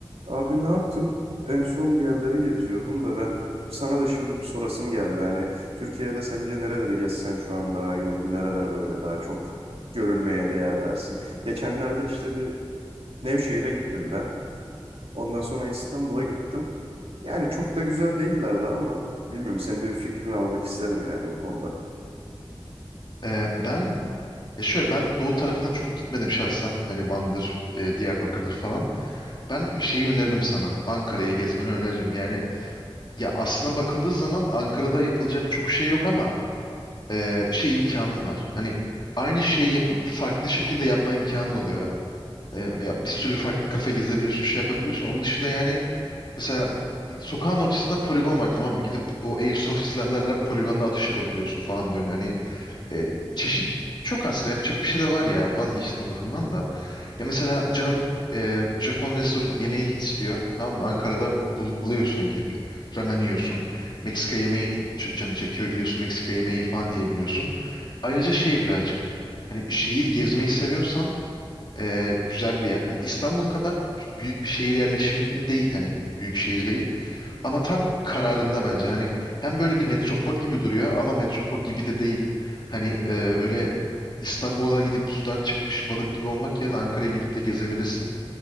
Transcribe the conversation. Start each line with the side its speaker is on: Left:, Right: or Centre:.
Right: Abi ne yaptın? En son bir yerleri geziyordum da ben sana da şimdi bir sorasım geldi. Hani Türkiye'de sence nerelere gezsem şu an daha iyi olur? Nereler böyle daha çok görülmeye değer dersin? Geçenlerde işte bir Nevşehir'e gittim ben. Ondan sonra İstanbul'a gittim. Yani çok da güzel değillerdi ama bilmiyorum senin de bir fikrini almak isterim yani bu konuda.
Left: Ee, ben e, şöyle ben doğu tarafına çok gitmedim şahsen. Hani Van'dır, e, Diyarbakır'dır falan. Ben şeyi öneririm sana. Ankara'yı gezmeni öneririm. Yani ya aslına bakıldığı zaman Ankara'da yapılacak çok şey yok ama e, şey imkanın var. Hani aynı şeyi yapıp farklı şekilde yapma imkanın oluyor. ya E, ya bir sürü farklı kafe gezebiliyorsun, şey yapabiliyorsun. Onun dışında yani mesela sokağın ortasında poligon var tamam mı? Gidip o airsoft silahlarla poligonda atış yapabiliyorsun falan böyle. Hani e, çeşit çok aslında yapacak bir şey de var ya vazgeçtim o lafımdan da. Ya mesela Can'ın e, Japon restoran yemeği istiyor tamam mı? Ankara'da bu- bul- buluyorsun yani gidip ramen yiyorsun. Meksika yemeği ç- canı çekiyor gidiyorsun Meksika yemeği falan yiyebiliyorsun. Ayrıca şey birazcık hani şehir gezmeyi seviyorsan e, güzel bir yer. Hani İstanbul kadar b- büyük bir şehir yerleşimi değil hani büyük şehir değil. Ama tam kararında bence. Hani hem böyle bir metropol gibi duruyor ama metropol gibi de değil. Hani e, böyle İstanbul'a gidip sudan çıkmış balık gibi olmak yerine Ankara'ya gidip de gezebilirsin.